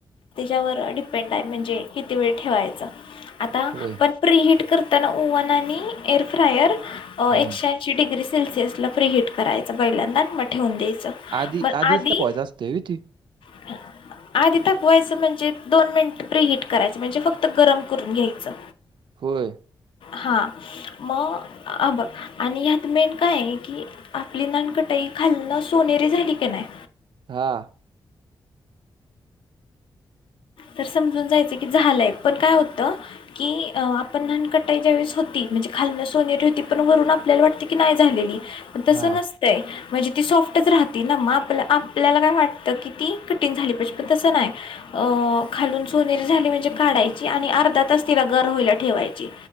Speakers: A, on the left; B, on the right.
A: त्याच्यावर डिपेंड आहे म्हणजे किती वेळ ठेवायचं आता
B: होय
A: पण प्रिहिट करताना ओवन आणि एअरफायर ऐकशे
B: हम्म.
A: ऐशी डिग्रीसै सेल्सिअस ला फ्री हट करायं पैल्यांदा आणि मग ठेवून द्यायंच
B: आधी
A: मग
B: आधीच
A: आधी
B: तपायचं असतंय व्हय ती
A: <unintelligible> आधी ताकवायचं म्हणजे दोन मिनिट प्रि हट करायचं म्हणजे फक्त गरम करून घ्यायचं
B: होय
A: हा मग ह बघ आणि यात मेन काय कि आपली नानकटाई खालणं सोनेरी झाली की नाही
B: हा <inaudible>
A: तर समजून जायचं की झालंय पण काय होतं की आपण नान कटाई ज्या वेळेस होती म्हणजे खालन सोनेरी होती पण वरून आपल्याला वाटते की नाही झालेली पण तस
B: हा
A: नसतंय म्हणजे ती सॉफ्टच राहती ना मग आपल्या आपल्याला काय वाटतं की ती कठीण झाली पाहिजे पण तसं नाही अ खालून सोनेरी झाली म्हणजे काढायची आणि अर्धा तास तिला गार होईला ठेवायची